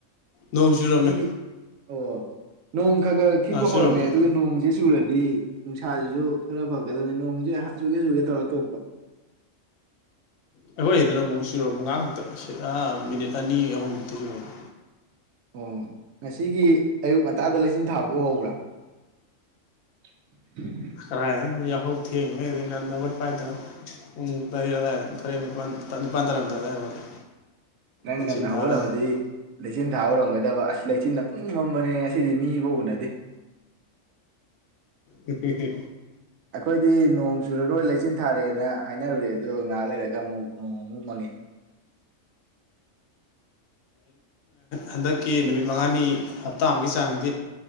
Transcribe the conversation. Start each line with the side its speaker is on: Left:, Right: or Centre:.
Left: ꯅꯣꯡꯆꯨꯔꯝꯃꯦ
Right: ꯉꯁꯤꯒꯤ ꯑꯣ ꯅꯣꯡ ꯈꯔ ꯈꯔ ꯈꯤꯛꯄ
Left: ꯆꯨꯔꯝꯃꯦ
Right: ꯍꯧꯔꯝꯃꯦ ꯑꯗꯨꯒ ꯅꯣꯡꯁꯦ ꯆꯨꯔ ꯗꯤ ꯅꯨꯡꯁꯥꯁꯤꯁꯨ ꯈꯔ ꯐꯒꯗꯕꯅꯤ ꯅꯣꯡꯁꯦ ꯆꯨꯒꯦ ꯆꯨꯒꯦ ꯇꯧꯔ ꯇꯣꯛꯄ
Left: ꯑꯩꯈꯣꯏ ꯁꯤꯗꯅ ꯑꯃꯨꯛ ꯆꯨꯔꯝꯕ ꯉꯥꯛꯈꯛꯇ ꯃꯤꯅꯤꯠ ꯑꯅꯤ ꯑꯍꯨꯝ ꯃꯨꯛꯇꯤ ꯆꯨꯔꯝꯃꯤ
Right: ꯑꯣ ꯉꯁꯤꯒꯤ ꯑꯌꯨꯛ ꯉꯟꯇꯥꯗ ꯂꯩ ꯂꯩꯆꯤꯟ ꯊꯥꯕꯗꯨ ꯎꯍꯧꯕ꯭ꯔꯥ <inaudible>
Left: ꯀꯔꯥꯏꯗꯩꯅꯣ ꯌꯥꯍꯎ ꯊꯦꯡꯉꯤꯉꯩꯗ ꯉꯟꯅ ꯍꯧꯒꯠꯄ ꯍꯥꯏꯗꯣ ꯄꯨꯡ ꯇꯔꯦꯠ ꯑꯗꯋꯥꯏꯗ ꯇꯔꯦꯠ ꯅꯤꯄꯥꯜ ꯅꯤꯄꯥꯟ ꯇꯥꯔꯝꯗꯥꯏ ꯑꯗꯨꯋꯥꯏ ꯍꯧꯒꯠꯂꯦ
Right: ꯅꯪ
Left: ꯂꯩꯆꯤꯟ
Right: ꯉꯟꯅ
Left: ꯊꯥꯕ
Right: ꯍꯧꯒꯠꯂꯝꯃꯗꯤ
Left: ꯍꯥꯏꯇꯥꯔꯦ
Right: ꯂꯩꯆꯤꯟ ꯊꯥꯕ ꯎꯔꯝꯒꯗꯕ ꯂꯩꯆꯤꯟꯅ ꯄꯨꯨꯡꯃꯝ ꯃꯝꯕꯅꯦ ꯉꯁꯤꯗꯤ ꯃꯤꯐꯥꯎ ꯎꯅꯗꯦ
Left: ꯍꯤꯍꯤꯍꯤ
Right: ꯑꯩꯈꯣꯏꯗꯤ ꯅꯣꯡ ꯆꯨꯔꯔꯣꯏ ꯂꯩꯆꯤꯟ ꯊꯥꯔꯦꯅ ꯍꯥꯏꯅꯔꯨꯔꯦ ꯑꯗꯨꯒ ꯉꯥꯏꯍꯥꯛ ꯂꯩꯔꯒ ꯑꯃꯨꯛ ꯅꯣꯡ ꯑꯃꯨꯛ ꯃꯪꯉꯛꯑꯦ
Left: ꯍꯟꯗꯛꯀꯤ ꯅꯨꯃꯤꯠ ꯃꯉꯥꯅꯤ ꯍꯞꯇꯥ ꯑꯃꯨꯛꯀꯤ ꯆꯥꯡꯗꯤ